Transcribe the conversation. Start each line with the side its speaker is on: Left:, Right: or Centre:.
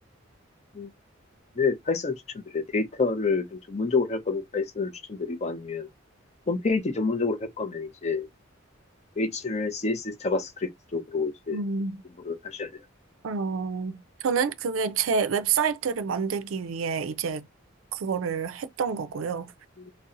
Left: 음, 네, 파이썬 추천드려요. 데이터를 좀 전문적으로 할 거면 파이썬을 추천드리고 아니면 홈페이지 전문적으로 할 거면 이제 HTML, CSS, 자바스크립트 쪽으로 이제
Right: 음.
Left: 공부를 하셔야 돼요.
Right: 어, 저는 그게 제 웹사이트를 만들기 위해 이제 그거를 했던 거고요.
Left: 음,